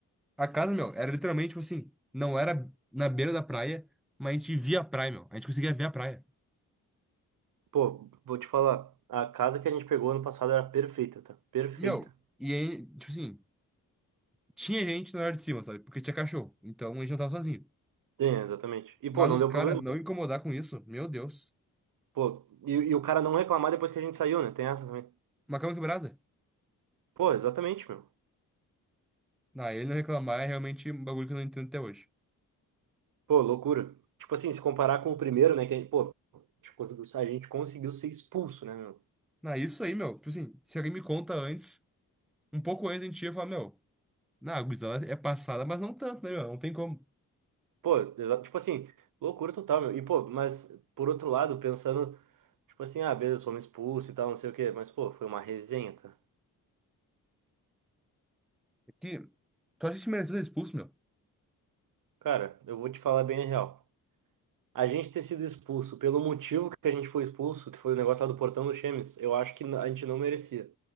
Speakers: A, in the centre; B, on the right (about 60°).
A: A casa, meu, era literalmente, tipo assim, não era na beira da praia, mas a gente via a praia, meu. A gente conseguia ver a praia.
B: Pô, vou te falar, a casa que a gente pegou ano passado era perfeita, tá? Perfeita.
A: Meu, e aí, tipo assim, tinha gente na área de cima, sabe? Porque tinha cachorro. Então a gente não tava sozinho.
B: Tem, exatamente. E, pô,
A: Mas
B: não
A: os
B: deu
A: caras
B: problema.
A: não
B: tá?
A: incomodar com isso, meu Deus.
B: Pô, e, e o cara não reclamar depois que a gente saiu, né? Tem essa também.
A: Uma cama quebrada.
B: Pô, exatamente, meu.
A: Na ele não reclamar é realmente um bagulho que eu não entendo até hoje.
B: Pô, loucura. Tipo assim, se comparar com o primeiro, né? Que, a gente- pô, a gente conseguiu, a gente conseguiu ser expulso, né, meu?
A: Na isso aí, meu, tipo assim, se alguém me conta antes, um pouco antes a gente ia falar, meu, na a gurizada é passada, mas não tanto, né, meu? Não tem como.
B: Pô, exa- tipo assim, loucura total, meu. E, pô, mas, por outro lado, pensando, tipo assim, ah, beleza, fomos expulsos e tal, não sei o quê. Mas, pô, foi uma resenha, tá?
A: É Que, tu acha que a gente merecia ser expulso, meu?
B: Cara, eu vou te falar bem a real. a gente ter sido expulso pelo motivo que a gente foi expulso, que foi o negócio lá do portão do Chemes, eu acho que a gente não merecia.